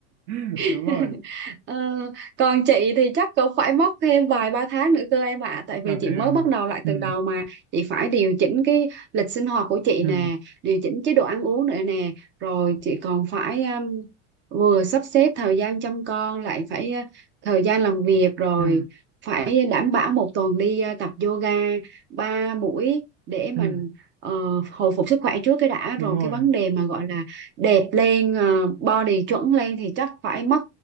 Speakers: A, on the right; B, on the right.
A: <laughs>
B: <laughs>
A: đúng rồi
B: Ờ, còn chị thì chắc cũng phải mất thêm vài ba tháng nữa cơ em ạ tại
A: à
B: vì chị
A: thế
B: mới
A: à
B: bắt đầu lại
A: ừ
B: từ đầu mà chị phải điều chỉnh cái lịch sinh hoạt của chị
A: ừ
B: nè điều chỉnh chế độ ăn uống nữa nè rồi chị còn phải um, vừa sắp xếp thời gian chăm con lại phải uh, thời gian làm việc rồi
A: ừ
B: phải đảm bảo một tuần đi uh, tập yoga ba buổi để mình
A: ừ
B: ờ, hồi phục sức khỏe trước cái đã
A: đúng
B: rồi
A: rồi
B: cái vấn đề mà gọi là đẹp lên ờ, body chuẩn lên thì chắc phải mất